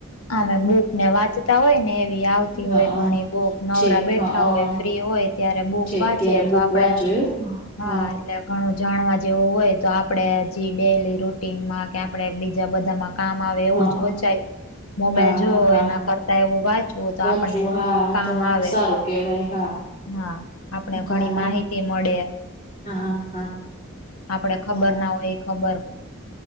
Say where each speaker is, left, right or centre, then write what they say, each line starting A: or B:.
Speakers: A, on the left; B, on the left.
A: આમે બુક ને વાંચતા હોય ને એવી આવતી
B: હા
A: હોય ઘણી બુક નવરા
B: છેક
A: બેઠા
B: હા
A: હોય ફ્રી હોય. ત્યારે બુક
B: છેક
A: વાંચી
B: ત્યારે બુક
A: તો આપડે
B: વાંચો એવું
A: હા
B: હ
A: એટલે ઘણું. જાણવા જેવું હોય તો આપડે હજી ડેલી રૂટીનમાં કે આપણેે બીજા બધામાં કામ આવે
B: હા
A: એવું જ વચાય.
B: હા
A: મોબાઈલ જોવો
B: હા
A: એના કરતા એવું વાંચવું હોય તો
B: વાંચવું
A: આપણને
B: હા
A: કામ
B: તો
A: આવે
B: સારું કેવાય હા
A: હા આપણે
B: કામાં
A: ઘણી માહિતી મળે
B: હા હા.
A: આપડે ખબર
B: હા
A: ના હોય એ ખબર